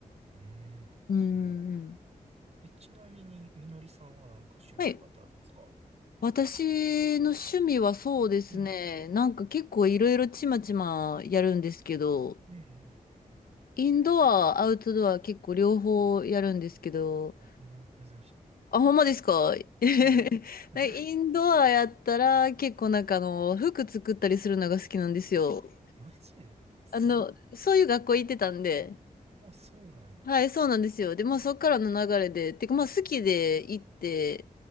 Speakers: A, on the right; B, on the left.
A: うん。うーん、
B: うんうん。
A: そう。え、ちなみに、みのりさんはなんか趣味とかってあるんですか
B: はい。私の趣味はそうですね。
A: うん、
B: なんか結構いろいろちまちまやるんですけど、
A: うん、うん、
B: インドア、アウトドア結構両方やるんですけど、
A: あ、へえ、珍しい
B: あ、ほんまですか <laughs> なん
A: うん。<laughs>
B: かインドアやったら結構なんかあの、服作ったりするのが好きなんですよ。
A: い。えマジですごっ。
B: あの、そういう学校行ってたんで、
A: あ、そうなんや。
B: はい、そうなんですよ。で、まあそっからの流れで、てかまあ好きで行って、